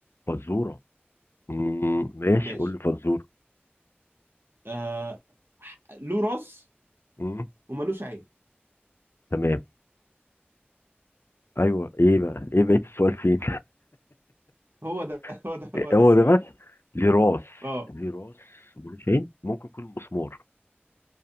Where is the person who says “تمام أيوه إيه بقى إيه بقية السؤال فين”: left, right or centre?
Left